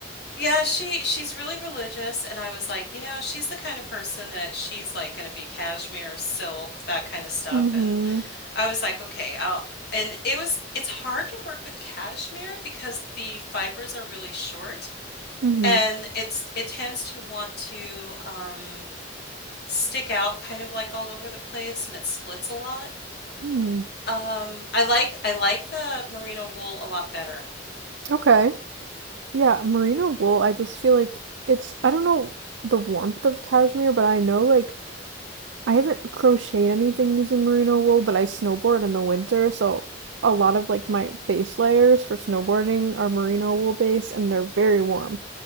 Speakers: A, on the left (about 60°); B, on the right (about 70°).
A: Yeah, she she's really religious and I was like, you know, she's the kind of person that she's like going to be cashmere, silk, that kind of stuff
B: Mm-hmm.
A: and I was like, okay, I'll and it was it's hard to work with cashmere because the fibers are really short.
B: Mm-hmm.
A: And it's it tends to want to um, stick out kind of like all over the place and it splits a lot.
B: hmm
A: Um, I like I like the merino wool a lot better.
B: Okay. Yeah, merino wool, I just feel like it's I don't know the warmth of cashmere, but I know like I haven't crocheted anything using merino wool, but I snowboard in the winter, so a lot of like my base layers for snowboarding are merino wool based and they're very warm.